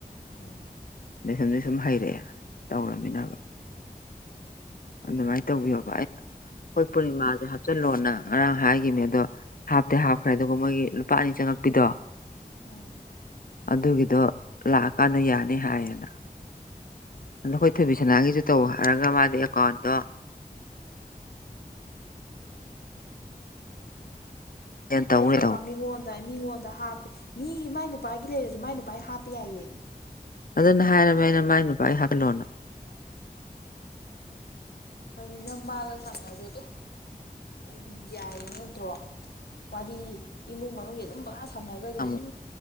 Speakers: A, on the left; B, on the left.
A: ꯎꯝ
B: ꯑ ꯁꯨꯝꯗꯩ ꯁꯨꯝ ꯍꯩꯔꯛꯑꯦ ꯇꯧꯔꯃꯤꯅꯕ ꯑꯗꯨꯃꯥꯏꯅ ꯇꯧꯕꯤꯌꯣꯕ ꯑꯩ ꯑꯩꯈꯣꯏ ꯄꯨꯔꯅꯤꯃꯥꯁꯨꯦ ꯍꯥꯞꯆꯜꯂꯣꯅ ꯉꯔꯥꯡ ꯍꯥꯏꯈꯤꯕꯅꯦ ꯑꯗꯣ ꯍꯥꯞꯇꯤ ꯍꯥꯞꯈ꯭ꯔꯦ ꯑꯗꯨꯕꯨ ꯃꯣꯏꯒꯤ ꯂꯨꯄꯥ ꯑꯅꯤ ꯆꯪꯉꯛꯄꯤꯗꯣ
A: ꯎꯝ
B: ꯑꯗꯨꯒꯤꯗꯣ ꯂꯥꯛꯑꯀꯥꯟꯗ ꯌꯥꯅꯤ ꯍꯥꯏꯌꯦꯅ ꯑꯗꯣ ꯑꯩꯈꯣꯏ ꯊꯣꯏꯕꯤꯁꯅꯥꯒꯤꯁꯨ ꯇꯧ ꯍꯥꯏꯔꯒ ꯃꯥꯗꯤ ꯑꯦꯀꯥꯎꯟꯗꯣ ꯕꯦꯟ ꯇꯧ
A: ꯑꯩꯁꯨ
B: ꯂꯩꯍꯧ
A: ꯀꯝ ꯏꯉꯣꯗ ꯃꯤꯉꯣꯟꯗ ꯍꯥꯞꯄ ꯃꯤ ꯃꯥꯏ ꯅꯨꯄꯥꯒꯤ ꯂꯩꯔꯁꯨ ꯃꯥꯏ ꯅꯨꯄꯥꯒꯤ ꯍꯥꯞꯄ ꯌꯥꯏꯌꯦ
B: ꯑꯗꯨꯅ ꯍꯥꯏꯔꯝꯃꯦ ꯑꯩꯅ ꯃꯥꯏ ꯅꯨꯄꯥ ꯑꯩ ꯍꯥꯞꯂꯣꯅ
A: ꯑꯗꯨ ꯅꯝ ꯃꯥꯒꯜ ꯁꯅ ꯍꯥꯏꯔ ꯑꯗꯨ ꯝ ꯌꯥꯏꯌꯦ ꯅꯠꯇ꯭ꯔꯣ ꯋꯥꯔꯤ ꯏꯃꯨꯡ ꯃꯅꯨꯡꯒꯤ ꯑꯗꯨꯝ ꯕꯀꯥ ꯁꯪꯅꯕ ꯑꯗꯨꯝ
B: ꯑꯃꯨꯛ